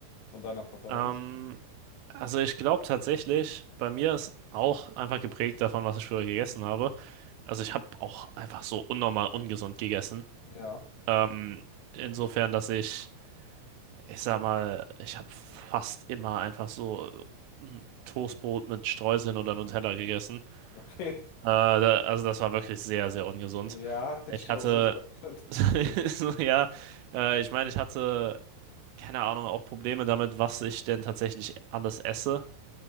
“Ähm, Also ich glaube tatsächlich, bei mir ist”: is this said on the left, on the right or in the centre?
Right